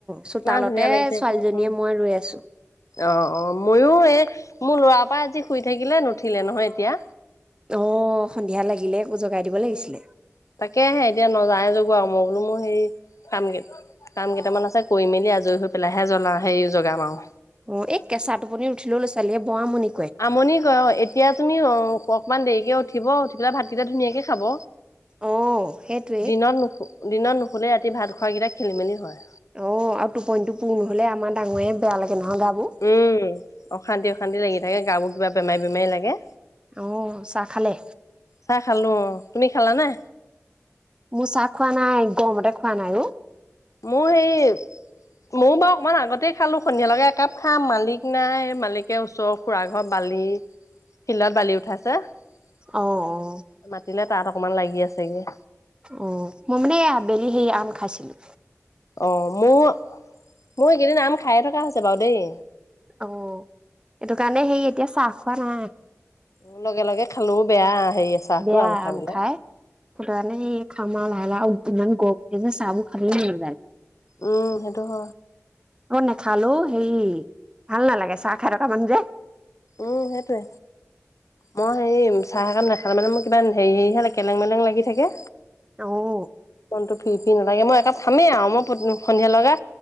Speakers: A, on the right (about 20°); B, on the left (about 80°).
A: চোতালতে
B: ইমান ধুনীয়া লাগিছে
A: ছোৱালীজনীয়ে
B: এতিয়া উম,
A: মই ৰৈ আছো
B: অ', অ', ময়ো এই মোৰ ল'ৰা পৰা আজি শুই থাকিলে নুঠিলে নহয় এতিয়া।
A: অ', সন্ধিয়া লাগিলে আকৌ জগাই দিব
B: উম,
A: লাগিছিলে
B: তাকে আহে এতিয়া নযায় য মই বোলো মোৰ হেৰি কাম কাম কেইটামান আছে কৰি মেলি আজৰি হৈ পেলাইহে জ্বলাওঁ হেৰি জগাম আৰু।
A: অ', এই কেঁচা টোপনি উঠিলো লৰা ছোৱালীয়ে বৰা মুুনি
B: আমনি কৰা অ, এতিয়া তুমি অ অকমান দেৰিকে উঠিব উঠি পেলাই ভাতকেইটা ধুনীয়াকে খাব!
A: অ সেইটোৱেই
B: দিনৰ নুখু দিনৰ নুখু ফুলে ৰাতি ভাত খোৱাকেইটা খেলি মেলি হয়।
A: অ আৰু টোপন টো পুৰ নহলে আমাৰ ডাঙৰে বেয়া লাগে। নহয় গাবোৰ
B: উম অশান্তি অশান্তি লাগি থাকে গাওোৰ কিবা বেমাৰী বেমাৰী লাগে।
A: অ চাহ খালে
B: চাহ খালো। অ তুমি খালা নে?
A: মোৰ চাহ খোৱা নাই! গৰমতে খোৱা নাই অ।
B: মোৰ সেই ময়ো বাৰু অকণমান আগতে খালো সন্ধিয়াল লগে একাপ খাম মালিক নাই মালিকে ওচৰৰ খুৰা ঘৰ বালি ফিল্ডত বালি উঠাইছে মাতিলে!
A: অ অ
B: ৰতিলে তাত অকমান লাগি আছেগে
A: অ মই মানে আবেলি সেই আম খাইছিলো।
B: অ মোৰ, মোৰ এইকেইদিন আম খাই থকা হৈছে। বাৰু দেই
A: অ সেইটো কাৰণে সেই এতিয়া চাহ খোৱা নাই!
B: উ লগে লগে খালোও বেয়া হেৰি চাহটো
A: বেয়া আম
B: পেলাই
A: খাই ফুটনি খামা লাহে লাহ <unintelligible> গগ যে <unintelligible> চাবু খাল মিল যায়
B: উম সেইটো হ।
A: অ নেখালোও হেই ভাল নালাগে চাহ খাই ৰকা মানুহ যে!
B: উম সেইটোৱে মই হেৰিম চাহ কাম নাখালে মানে মোৰ কিবা হেৰি হেৰি হালে কেলেং মেলেং লাগি থাকে
A: আহ
B: মনটো ফিৰি ফি নালাগে মই একাপ থামেই আৰু মই সন্ধিয় লগা